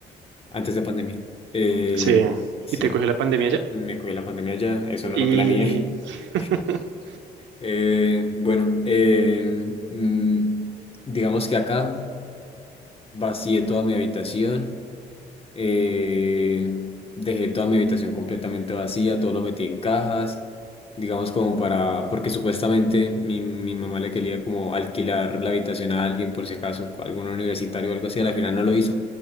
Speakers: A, on the left; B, on the right.
A: antes de pandemia. Eh,
B: Sí.
A: sí,
B: Y te cogió la pandemia ya.
A: me cogí la pandemia ya, eso no
B: Y...
A: lo planeé. <laughs>
B: <laughs>
A: Eh, bueno, eh, mm, digamos que acá vacié toda mi habitación. Eh, dejé toda mi habitación completamente vacía, todo lo metí en cajas, digamos como para, porque supuestamente mi, mi mamá le quería como alquilar la habitación a alguien por si acaso, a algún universitario o algo así, a la final no lo hizo.